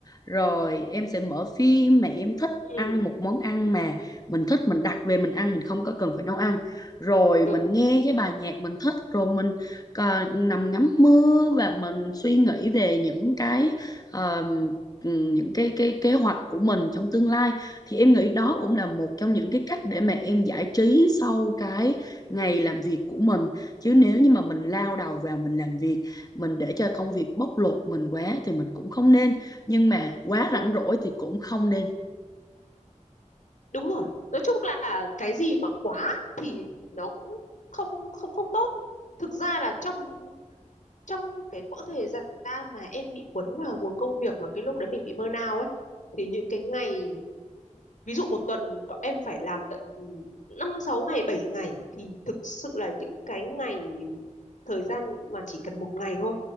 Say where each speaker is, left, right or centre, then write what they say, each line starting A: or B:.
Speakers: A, on the left (about 30°); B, on the left (about 70°).
A: Rồi em sẽ mở phim mà em thích,
B: ừ
A: ăn một món ăn mà mình thích, mình đặt về mình ăn, mình không có cần phải nấu ăn. Rồi
B: đúng
A: mình nghe cái bài nhạc mình thích, rồi mình ờ, nằm ngắm mưa và mình suy nghĩ về những cái ờ, ừ, những cái cái kế hoạch của mình trong tương lai thì em nghĩ đó
B: đúng rồi
A: cũng là một trong những cái cách để mà em giải trí sau cái ngày làm việc của mình chứ nếu như mà mình lao đầu vào mình làm việc mình để cho công việc bóc lột mình quá thì mình cũng không nên nhưng mà quá
B: đúng
A: rảnh rỗi thì cũng không nên
B: đúng rồi nói chung là cái gì mà quá thì nó cũng không không không tốt thực ra là trong trong cái quãng thời gian mà em bị cuốn vào guồng công việc mà cái lúc đấy mình bị burnout ấy thì những cái ngày ví dụ một tuần em phải làm tận ừ, năm sáu ngày bảy ngày thì thực sự là những cái ngày thời gian mà chỉ cần một ngày thôi